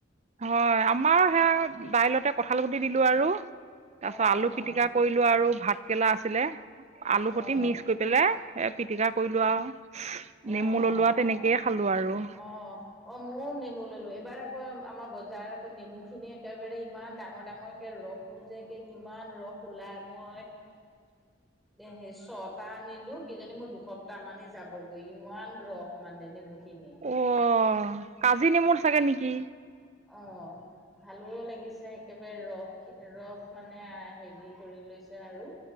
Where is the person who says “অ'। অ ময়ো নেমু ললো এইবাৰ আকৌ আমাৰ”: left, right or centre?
Centre